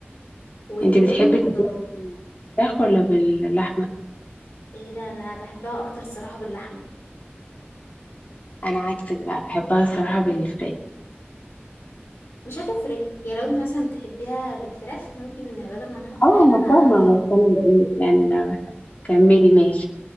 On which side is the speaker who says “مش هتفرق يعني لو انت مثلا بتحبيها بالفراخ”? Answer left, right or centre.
Left